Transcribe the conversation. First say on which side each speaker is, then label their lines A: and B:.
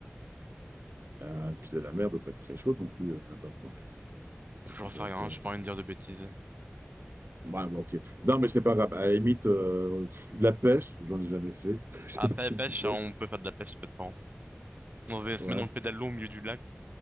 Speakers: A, on the right; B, on the right.
A: euh, et puis la mer doit pas être très chaude non plus euh, là-bas, quoi.
B: Je
A: Ça doit
B: sais rien,
A: être. euh,
B: j'ai pas envie de dire de bêtises.
A: Ouais, bon, ok. Non, mais c'est pas grave. À la limite, euh, pff, de la pêche, j'en ai jamais fait. <laughs> Je sais
B: Ah, pê-
A: pas si
B: pêche,
A: tu pêches.
B: hein, on peut faire de la pêche, peut-être On se
A: Ouais.
B: met dans le pédalo au milieu du lac,